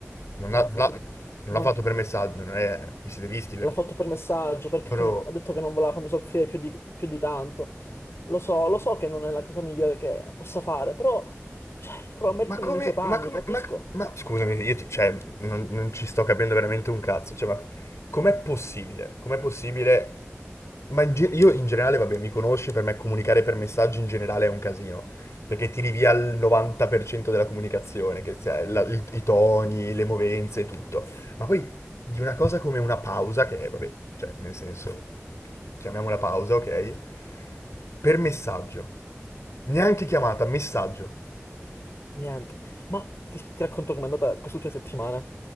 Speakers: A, on the left; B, on the left.
A: Non
B: Ma
A: ha-
B: l'ha fatto,
A: l'ha non
B: ma
A: l'ha fatto per messaggio, non è... Vi siete visti, vero?
B: l'ha fatto per messaggio, perché
A: Bro.
B: non- ha detto che non voleva farmi soffrire più di, più di tanto. Lo so, lo so che non è la cosa migliore che possa fare, però, cioè, provo a mettermi
A: Ma come,
B: nei suoi panni,
A: ma come,
B: capisco?
A: ma, ma- scusami, io ti- cioè, non, non ci sto capendo veramente un cazzo, cioè, ma com'è possibile? Com'è possibile? Ma in ge- io in generale, vabbè, mi conosci, per me comunicare per messaggi in generale è un casino, perché tiri via il 90% della comunicazione, che sia la- il- i toni, le movenze e tutto. Ma poi di una cosa come una pausa, che è, vabbè, cioè, nel senso, chiamiamola pausa, ok? Per messaggio. Neanche chiamata, messaggio.
B: Niente. Ma ti, ti racconto com'è andata quest'ultima settimana. È